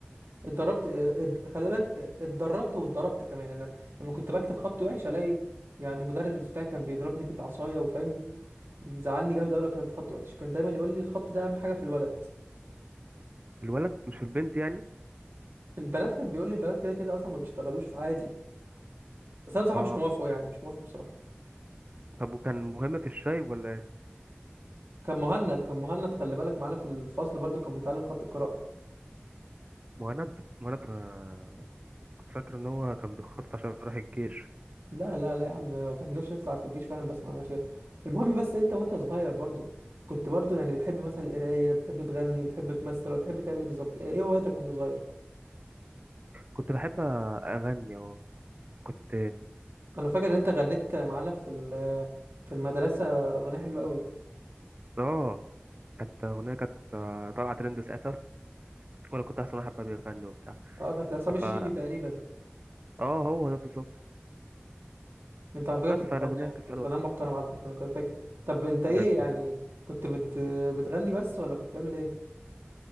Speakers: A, on the right; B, on the right.
A: اتدربت اد- خلي بالك اتدربت واتضربت كمان انا لما كنت بكتب خطي وحش الاقي يعني المدرس بتاعي كان بيضربني بالعصايه وفاهم ي- يزعلني جامد قوي لو كتبت خط وحش كان دايما يقول لي الخط ده اهم حاجه في الولد
B: في الولد مش في البنت يعني
A: البنات كان بيقول لي البنات كده كده اصلا ما بيشتغلوش في عادي بس انا بصراحه
B: اه
A: مش موافقه يعني مش موافقه بصراحه
B: طب وكان مهم في الشاي ولا ايه
A: كان مهند كان مهند خلي بالك معانا في الفصل برضو كان بيتعلم خط القراءه
B: مهند مهند آه، كنت فاكر ان هو كان بيخطط عشان يروح الجيش
A: لا لا لا يا عم هو كان نفسه يطلع في الجيش فعلا بس ما عملش كده المهم بس انت وانت صغير برضو كنت برضو يعني بتحب مثلا القرايه بتحب تغني بتحب تمثل ولا بتحب تعمل ايه بالظبط ايه إيه هواياتك وانت صغير
B: كنت بحب اغني اه كنت
A: انا فاكر ان انت غنيت معانا في ال- في المدرسه اغنيه حلوه قوي
B: اه كانت اغنية كانت آه، طالعة ترند ساعتها وانا كنت احسن واحد بقى بيغني وبتاع
A: اه كانت لعصام الشيبي
B: فا
A: تقريبا
B: اه هو ده بالظبط
A: انت على فكره
B: بس
A: كنت
B: فالأغنية
A: فنان
B: كانت
A: كنت
B: حلوة
A: فنان محترم على فكره انا كنت فاكر طب انت ايه
B: بجد
A: يعني
B: يعني
A: كنت بت... بتغني بس ولا كنت بتعمل ايه